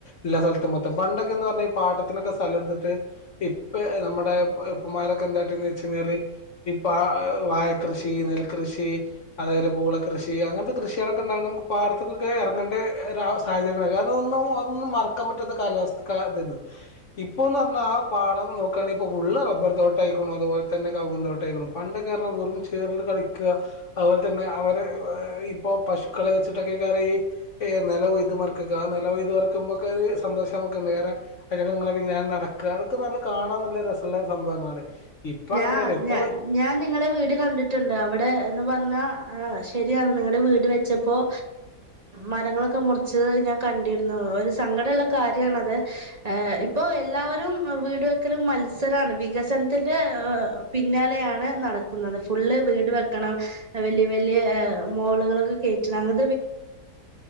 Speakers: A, on the left; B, on the right.
A: എല്ലാ സ്ഥലത്തും മൊത്തം പണ്ടൊക്കെന്ന് പറഞ്ഞാ ഈ പാട്ടത്തിനൊക്കെ സ്ഥലം എടുത്തിട്ട് ഇപ്പ നമ്മുടെ ഉപ്പമാരൊക്കെ എന്താട്ടന്ന് വെച്ച കഴിഞ്ഞാല് ഈ പ വാഴകൃഷി നെൽകൃഷി അതേലെ പൂളകൃഷി അങ്ങനത്തെ കൃഷികളൊക്കെ ഉണ്ടാക നമുക്ക് പാടത്തക്കൊക്കെ എറങ്ങേണ്ട സാഹചര്യങ്ങളാ കാരണം അതൊന്നും മറക്കാൻ പറ്റാത്ത കാലാവസ്ഥക്ക് തരുന്നു ഇപ്പൊ എന്ന് പറഞ്ഞാൽ ആ പാടം നോക്കുകയാണെിൽ ഇപ്പോൾ ഫുള് റബ്ബർ തോട്ടയിക്കോണും അതുപോലെ തന്നെ കൗങ്ങ് തോട്ടം ട്ട <unintelligible> പണ്ടക്കെ പറഞ്ഞാൽ വെറും ചേറിൽ കളിക്ക അതുപോലെ തന്നെ അവര് ഇപ്പ പശുക്കളെ വെച്ചിട്ടൊക്കെയ്ക്കാരംഈ നിലൊയ്ത് മറിക്ക, നിലൊയത് മറക്കുമ്പോൊക്കെ ഒരു സന്തോഷമൊക്കെ ഉണ്ട് കാരണം അതിടങ്ങളെ പിന്നാലെ നടക്ക അതൊക്കെ നല്ല കാണാൻ നല്ല രസള്ള സംഭവങ്ങളാണ്. ഇപ്പൊ
B: ഞാ
A: അങ്ങനെയല്ലേ ഇപ്പൊ.
B: ഞാ ഞാൻ നിങ്ങളുട വീട് കണ്ടിട്ടുണ്ട് അവിടെ ന് പറഞ്ഞാൽ ശരിയാണ് നിങ്ങടെ വീട് വെച്ചപ്പോൾ മരങ്ങളെക്കെ മുറിച്ചത് ഞാൻ കണ്ടിരുന്നു ഒരു സങ്കടല്ല കരിയാണത് ഏ ഇപ്പൊ എല്ലാവരും വീട്‌വെക്കല് മത്സരാണ് വികസനത്തിന്‌ ന്റെപിന്നാലെ യാണ് നടക്കുന്നത്. ഫുൾ വീട് വെക്കണം വല്യ വല്യ മോളുകള് കെ കെറ്റണം